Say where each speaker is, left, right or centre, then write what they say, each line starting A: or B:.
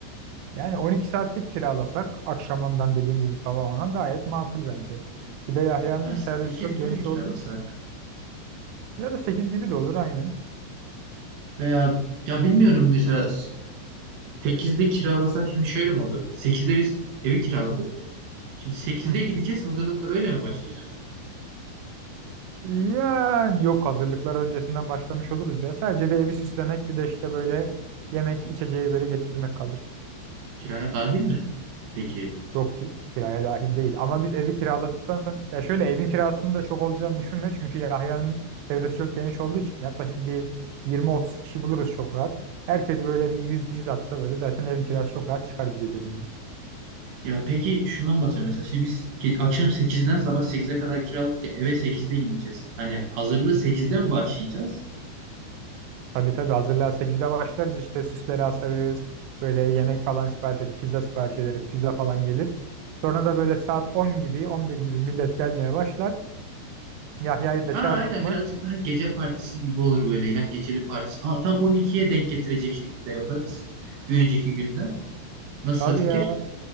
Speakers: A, on the right; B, on the right.
A: Yani 12 saatlik kiralasak akşam ondan dediğin gibi sabah ona gayet makul bence. Bir de Yahya'nın
B: Ya sekiz
A: çevresi çok
B: gibi
A: geniş
B: mi kiralasak?
A: olduğu için. Ya da 8 gibi de olur aynen.
B: Veya ya bilmiyorum mesela sekizde kiralasak şimdi şöyle mi olur? Sekizde biz evi kiraladık. Şimdi sekizde
A: <laughs>
B: gideceğiz hazırlıklara öyle mi başlayacağız?
A: Yani yok hazırlıklar öncesinden başlamış oluruz ya. Sadece bir evi süslemek bir de işte böyle yemek içeceği böyle getirmek kalır.
B: Kiraya dahil mi? Peki.
A: Yok ki kiraya dahil değil. Ama biz evi kiraladıktan sonra ya şöyle evin kirasının da çok olacağını düşünme. Çünkü Yahya'nın çevresi çok geniş olduğu için yaklaşık bir 20-30 kişi buluruz çok rahat. Herkes böyle bir 100-100 atsa böyle zaten evin kirası çok rahat çıkar bir geceliğine.
B: Ya peki şundan bahsediyorum. Mesela şimdi biz ge- akşam sekizden sabah sekize kadar kiralık ya eve sekizde gideceğiz. Hani hazırlığı sekizden mi başlayacağız?
A: Tabii tabii hazırlığa 8'de başlarız işte süsleri asarız. Böyle yemek falan sipariş edip pizza sipariş ederiz. Pizza falan gelir. Sonra da böyle saat 10 gibi 11 gibi millet gelmeye başlar. Yahya'yı
B: Ha
A: da çağırdık
B: aynen
A: mı?
B: birazcık daha gece partisi gibi olur böyle. Hem geceli partisi. Aa, tam on ikiye denk getirecek şekilde yaparız. Bir önceki günden. Nasıl
A: Tabii
B: fikir?
A: ya